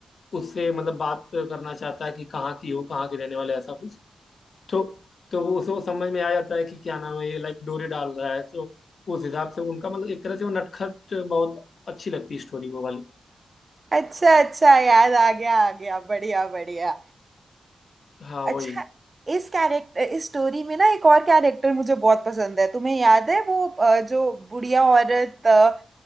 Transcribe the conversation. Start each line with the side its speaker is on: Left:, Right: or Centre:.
Left: उससे मतलब बात करना चाहता है कि कहाँ की हो कहाँ की रहने वाले ऐसा कुछ तो तो वो उसको समझ में आ जाता है कि क्या नाम है ये लाइक डोरी डाल रहा है तो उस हिसाब से उनका मतलब एक तरह से वो नटखट बहुत अच्छी लगती है स्टोरी वो वाली
Right: अच्छा अच्छा याद आ गया आ गया बढ़िया बढ़िया
Left: हाँ
Right: अच्छा
Left: वही
Right: इस कैरेक्टर इस स्टोरी में ना एक और कैरेक्टर मुझे बहुत पसंद है तुम्हें याद है वो अ, जो बुढ़िया औरत अ,